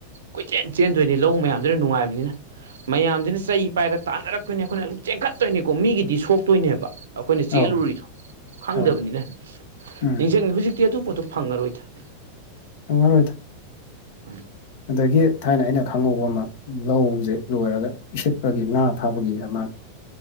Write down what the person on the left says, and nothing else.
ꯑꯧ
ꯑꯧ
ꯎꯝ
ꯑꯪꯥꯡ ꯑꯣꯏꯣꯏꯦ
ꯑꯗꯒꯤ ꯊꯥꯏꯅ ꯑꯩꯅ ꯈꯪꯍꯧꯕ ꯑꯃ ꯂꯧꯁꯦ ꯂꯣꯏꯔꯒ ꯏꯁꯤꯠꯄꯒꯤ ꯉꯥ ꯐꯥꯕꯒꯤ ꯑꯃ